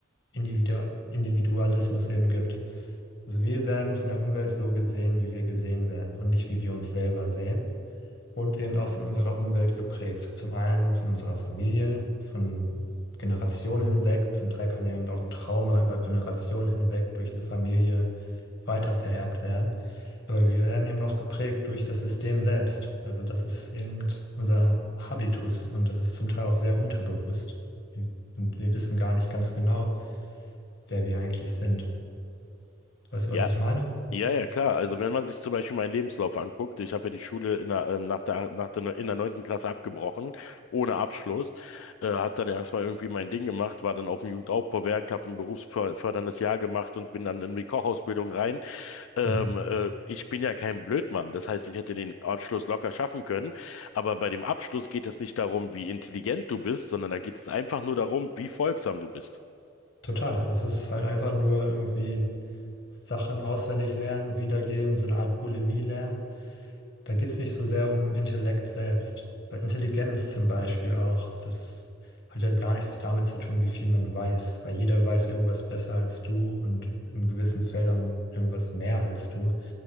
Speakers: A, on the left; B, on the left.
A: Individu Individualismus eben gibt. Also wir werden von der Umwelt so gesehen, wie wir gesehen werden und nicht, wie wir uns selber sehen. und eben auch von unserer Umwelt geprägt. Zum einen von unserer Familie, von Generationen hinweg. Zum Teil kann ja eben auch ein Trauma über Generationen hinweg durch eine Familie weitervererbt werden. Aber wir werden eben auch geprägt durch das System selbst. Also das ist eben unser Habitus und das ist zum Teil auch sehr unterbewusst. Und wir wissen gar nicht ganz genau, wer wir eigentlich sind. Weißt du,
B: Ja,
A: was ich meine?
B: Ja, ja, klar. Also wenn man sich zum Beispiel meinen Lebenslauf anguckt, ich habe ja die Schule in der, äh, nach der, nach der, in der neunten Klasse abgebrochen, ohne Abschluss, äh, habe dann erstmal irgendwie mein Ding gemacht, war dann auf dem Jugendaufbauwerk, habe ein berufsförderndes Jahr gemacht und bin dann in die Kochausbildung rein. Ähm,
A: Mhm.
B: äh, ich bin ja kein Blödmann, das heißt, ich hätte den Abschluss locker schaffen können, aber bei dem Abschluss geht es nicht darum, wie intelligent du bist, sondern da geht es einfach nur darum, wie folgsam du bist.
A: Total. Es ist halt einfach nur irgendwie Sachen auswendig lernen, wiedergeben, so eine Art Bulimie lernen. Da geht es nicht so sehr um Intellekt selbst. Bei Intelligenz zum Beispiel auch. Das hat ja gar nichts damit zu tun, wie viel man weiß, weil jeder weiß irgendwas besser als du und in gewissen Feldern irgendwas mehr als du,